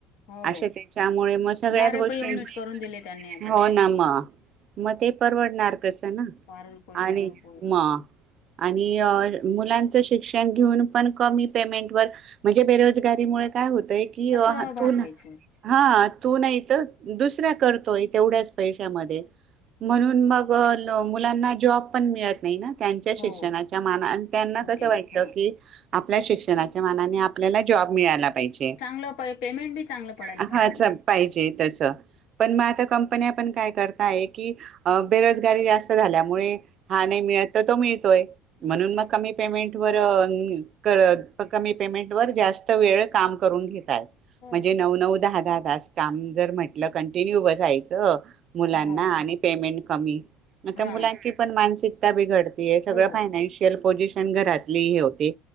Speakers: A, on the left; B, on the right.
A: हो
B: अशे, त्याच्यामुळे मग, सगळ्याच
A: दहा
B: गोष्टी
A: रुपये युनिट
B: <unintelligible>
A: करून दिले त्यांनी आता
B: हो
A: तर
B: ना म. म ते परवडणार कसं ना
A: बारा रुपये
B: आणि
A: दहा रुपये
B: हां आणि
A: मग
B: मुलांचं शिक्षण घेऊन पण, कमी पेमेंट वर म्हणजे बेरोजगारीमुळे काय होतय?, की
A: कसं
B: हातून
A: भागवायचं
B: हां, तू नाही तर, दुसरा करतोय, तेवढ्याच पैशामध्ये. म्हणून मग, मुलांना जॉब पण, मिळत नही ना. त्यांच्या शिक्षणाच्या
A: हो
B: माना, अ त्यांना
A: योग्य
B: कसं वाटतं
A: आहे हा
B: की आपल्या शिक्षणाच्या मनाने, आपल्याला जॉब मिळाला पाहिजे.
A: चांगलं पडतेना, पेमेंट बी चांगलं पडायला
B: हां
A: पाहिजे.
B: पाहिजे तसं. पण म आता कंपन्या
A: हम्म
B: पण, काय करताय की, बेरोजगारी जास्त झाल्यामुळे नहीं मिळत तो मिळतोय, म्हणून
A: हम्म
B: म कमी पेमेंट वर <unintelligible> कमी पेमेंट वर, जास्त वेळ काम करून घेताय.
A: हो
B: म्हणजे नऊ-नऊ, दहा-दहा तास काम जर म्हटलं, कंटिन्यू बसायचं मुलांना
A: हो
B: आणि पेमेंट कमी, आता
A: हा
B: मुलांची पण मानसिकता बिघड ते, सगळं
A: हो
B: फायनान्शियल पोझिशन घरातली हे होते,